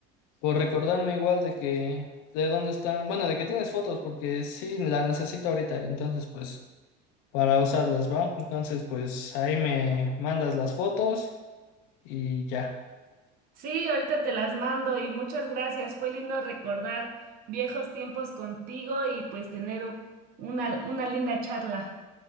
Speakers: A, on the left; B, on the right.
A: por recordarme igual de que, de dónde están, bueno, de que tienes fotos, porque sí, las necesito ahorita, entonces pues para usarlas, ¿va? Entonces pues ahí me mandas las fotos. y ya.
B: Sí, ahorita te las mando y muchas gracias. Fue lindo recordar viejos tiempos contigo y pues tener u- una, una linda charla.